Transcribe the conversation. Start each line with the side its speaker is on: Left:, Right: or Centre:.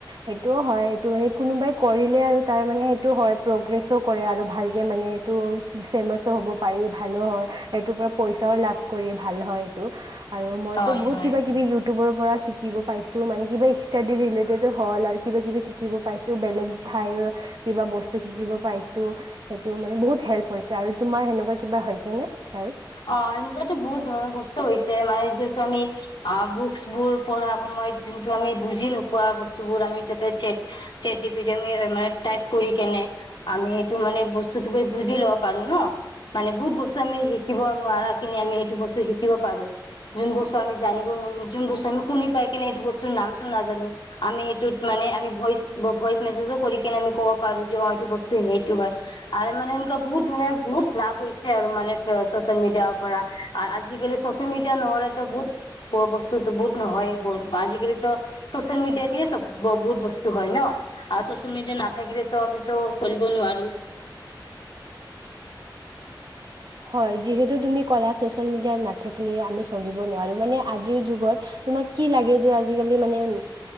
Right: সেইটোও হয়, এইটো মানে কোনোবাই কৰিলে আৰু তাৰ মানে সেইটো হয়, প্ৰগ্ৰেছো কৰে আৰু ভালকে মানে এইটো ফেমাছো হ'ব পাৰি ভালো হয়, সেইটোৰ পৰা পইচাও লাভ কৰি ভাল হয়। আৰু মইতো
Left: হয়
Right: বহুত
Left: হয়
Right: কিবা কিবি ইউ <unintelligible> পৰা শিক শিকিব পাইছো মানে কিবা ইষ্ট্যাডি ৰিলেটেডো হ'ল আৰু কিবা কিবি শিকিব পাই বেলেগ ঠাইৰ কিবা বস শিকিব পাইছোঁ সেইটো মানে বহুত হেল্প হৈছে আৰু তোমাৰ সেনেকুৱা কিবা হৈছেনে হেল্প?
Left: অ', এনেকুৱাতো বহুত ধৰণৰ বস্তু হৈছে মানে যিহেতু আমি অ', বুকচবোৰ পঢ়াৰ সময়ত যোনটো আমি বুজি নোপোৱা বস্তুবোৰ আমি তাতে ছেট ছেটগিপিটি আমি টাইপ কৰি কেনে আমি সেইটো মানে বস্তু গৈ বুজি ল'ব পাৰোঁ ন' মানে বহুত বস্তু আমি শি শিকিব নোৱাৰাখিনি আমি সেইটো বস্তু শিকিব পাৰো যোন বস্তু আমি জানিব যোন বস্তু আমি শুনি পাই কেনে সেইটো বস্তুৰ নামটো নাজানো আমি সেইটোত মানে আমি ভইচ ভইচ মেছেজো কৰি কিনে আমি ক'ব পাৰো যে অ', এইটো বস্তু সেইটো হয় আৰু মানে এনেকুৱা বহুত ধৰণে বহুত লাভ হৈছে আৰু মানে চচিয়াল মিডিয়াৰ পৰা আ, আজিকালি চচিয়াল মিডিয়া নহলে তো বহুত বস্তুতো <unintelligible> আজিকালিটো চচিয়াল মিডিয়া দিয়ে বহুত বস্তু হয় ন চ'চিয়াল মিডিয়া নাথাকিলে আমিতো চলিব নোৱাৰোঁ।
Right: হয়। যিহেতু তুমি ক'লা চ'চিয়েল মিডিয়া থাকিলে আমি চলিব নোৱাৰো মানে আজিৰ যুগত তোমাক কি লাগে যে আজিকালি মানে